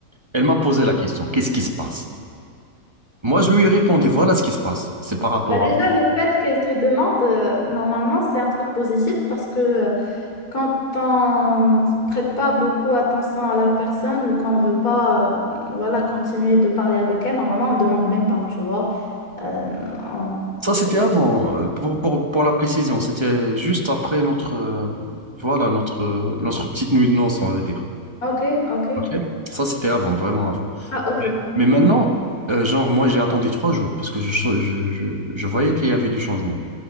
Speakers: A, on the right; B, on the left.
A: Elle m'a posé la question, qu'est-ce qui se passe? Moi, je lui ai répondu, voilà ce qui se passe. C'est par rapport
B: Bah déjà, le fait qu'elle te demande, euh, normalement, c'est un truc positif parce que euh, quand on prête pas beaucoup attention à la personne ou qu'on veut pas euh, voilà, continuer de parler avec elle, normalement, on demande même pas, tu vois. Euh, on-
A: Ça, c'était
B: euh,
A: avant, euh, pour, pour, pour la précision. C'était juste après notre, euh, voilà, notre, euh, notre petite nuit de noces, on va dire.
B: Ok, ok.
A: Ok. Ça, c'était avant, vraiment avant.
B: Ah, ok. Mhm,
A: Mais maintenant, euh, genre, moi, j'ai attendu trois jours parce que je, je, je, je voyais qu'il y avait du changement.